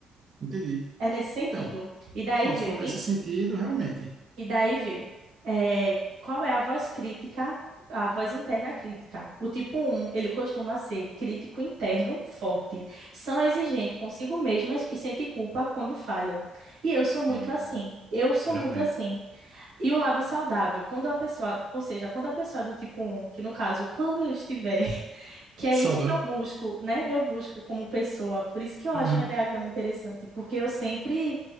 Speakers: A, on the right (about 35°); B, on the right (about 75°).
A: Entendi.
B: É nesse sentido.
A: Então,
B: E daí,
A: pronto,
B: vê,
A: se for
B: vi?
A: nesse sentido, realmente.
B: E daí vem, é, qual é a voz crítica, a voz interna crítica? O tipo um ele costuma ser crítico interno, forte, são exigentes consigo mesmas e sente culpa quando falham. E eu sou muito
A: E
B: assim, eu sou muito
A: realmente.
B: assim. E o lado saudável, quando a pessoa, ou seja, quando a pessoa é do tipo um, que no caso, quando eu estiver que é
A: Saudável.
B: isso que eu busco, né? Eu busco como pessoa. Por isso que eu
A: Uhum.
B: acho o Enneagrama interessante, porque eu sempre